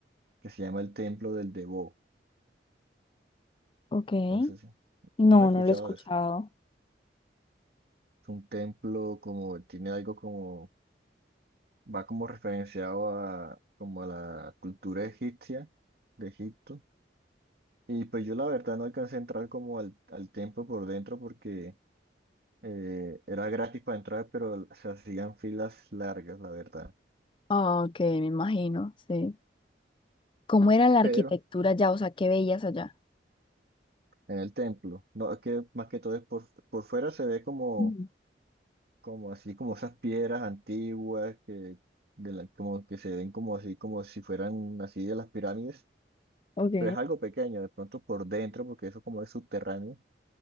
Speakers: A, on the right; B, on the left.
A: que se llama el Templo del Debo.
B: Ok.
A: No sé si,
B: No,
A: ¿no has escuchado
B: no lo he escuchado.
A: de eso? Es un templo como, tiene algo como, va como referenciado a, como a la cultura egipcia de Egipto. Y pues yo la verdad no alcancé a entrar como al, al templo por dentro porque eh, era gratis para entrar, pero se hacían filas largas, la verdad.
B: Ah, ok, me imagino, sí. ¿Cómo era la
A: Pero
B: arquitectura allá? O sea, ¿qué veías allá?
A: en el templo. No, es que más que todo es por, por fuera se ve como,
B: Ujú.
A: como así, como esas piedras antiguas que, de la- como que se ven como así, como si fueran así de las pirámides,
B: Ok.
A: pero es algo pequeño, de pronto por dentro, porque eso como es subterráneo,